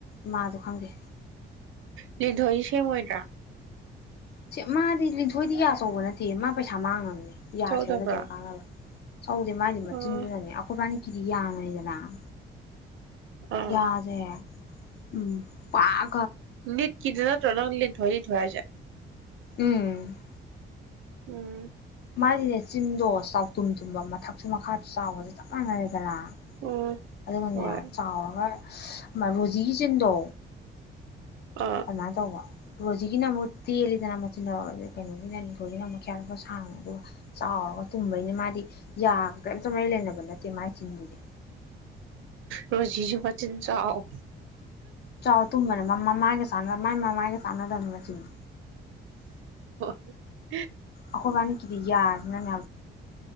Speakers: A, on the left; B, on the right.
A: ꯃꯥꯗꯣ ꯈꯪꯗꯦ
B: ꯂꯤꯗꯣꯏꯁꯦ ꯃꯣꯏꯥ
A: ꯁ ꯃꯥꯗꯤ ꯂꯤꯟꯊꯣꯏꯗꯤ ꯀ ꯑꯆꯧꯕ ꯅꯠꯇꯦ ꯃꯥ ꯄꯩꯁꯥ ꯃꯥꯡꯉꯕꯅꯦ ꯌꯥꯁꯦꯅꯅ
B: ꯁꯧꯗꯕ꯭ꯔꯣ
A: ꯀꯝ ꯀꯥꯅꯅꯕ ꯆꯥꯎꯧꯗꯦ ꯃꯥꯗꯤ ꯃꯆꯤꯟꯗꯨꯅꯅꯦ
B: ꯑꯥ
A: ꯑꯩꯈꯣꯏꯕꯥꯅꯤ ꯀꯤꯔꯤꯌꯥꯅꯗꯅ
B: ꯑꯥ
A: ꯌꯥꯗꯦ ꯎꯝ ꯄ
B: ꯅꯅꯤꯠ ꯀꯗꯅ ꯔꯅꯪ ꯊꯔꯤ ꯣꯏꯖ
A: ꯎꯝ
B: ꯎꯝ
A: ꯃꯥꯒꯤꯅꯦ ꯆꯤꯟꯗꯣ ꯆꯥꯎꯇꯨꯝ ꯊꯨꯝꯕ ꯃꯊꯛꯁꯨ ꯃꯈꯥꯁꯨ ꯆꯥꯎꯕꯁꯦ ꯆꯞ ꯃꯥꯟꯅꯔꯦꯗꯅꯥ
B: ꯎꯝ
A: ꯑꯗꯨꯒ ꯃꯅꯦ
B: ꯍꯣꯏ
A: ꯆꯥꯎꯔꯒ ꯔꯣꯖꯤꯒꯤꯁꯤꯅꯗꯣ
B: ꯑꯥ
A: ꯑꯃ ꯇꯣꯡ ꯔꯣꯖꯤꯒꯤꯅ ꯑꯃꯨꯛ ꯇꯦꯜꯂꯤꯗꯅ ꯃꯆꯤꯟ ꯀꯩꯅꯣꯒꯤꯅ ꯅꯤꯡꯈꯣꯒꯤꯅ ꯑꯃꯨꯛ ꯈꯦꯄ ꯁꯥꯡꯕ ꯑꯗꯨꯒ ꯆꯥꯎꯔꯒ ꯇꯨꯝꯕꯅꯤꯅ ꯃꯥꯗꯤ ꯌꯥꯒ ꯀꯔꯤꯝꯇ ꯃꯔꯤ ꯂꯩꯅꯕ ꯅꯠꯇꯦ ꯃꯥꯒꯤ ꯆꯤꯟꯗꯨꯁ
B: ꯔꯣꯖꯤꯁꯨꯕꯆꯤꯟ ꯆ ꯑꯥꯎ
A: ꯆꯥꯎ ꯇꯨꯝꯕꯅꯦ ꯃ ꯃꯥꯒ ꯁꯥꯟꯅ ꯃꯥꯏ ꯃꯃꯥꯒꯤ ꯁꯥꯟꯅꯗꯧꯅꯤꯅ ꯁꯤꯅ
B: ꯍ ꯍ
A: ꯑꯈꯕꯥꯅꯤ ꯀꯗꯤ ꯌꯥꯔꯅꯅꯦ